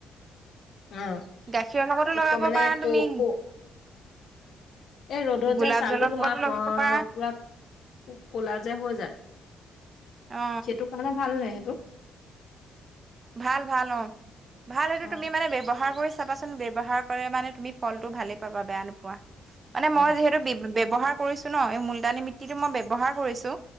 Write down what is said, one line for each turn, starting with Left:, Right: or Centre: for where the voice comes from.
Left: অ
Right: গাখীৰৰ লগতো লগাব
Left: মানে
Right: পাৰা
Left: ক
Right: তুমি
Left: ক এই ৰ'দত
Right: গোলাপ
Left: যে ছালটো
Right: জলৰ লগতো
Left: তোমাৰ
Right: লগাব
Left: প
Right: পাৰা
Left: পুৰা কলা যে হৈ যায়।
Right: অ
Left: সেইটো কাৰণে ভাল নাই সেইটো
Right: ভাল ভাল অ ভাল সেইটো
Left: অ
Right: তুমি মানে ব্যৱহাৰ কৰিছা চাবাচোন ব ব্যৱহাৰ কৰে মানে তুমি ফলতটো ভালে পাবা বেয়া নোপোৱা, মানে
Left: অ
Right: মই যিহেতু ব ব্যয়ৱহাৰ কৰিছোঁ ন এই মূুলতানী মিট্টিটো মই ব্যৱহাৰ কৰিছোঁ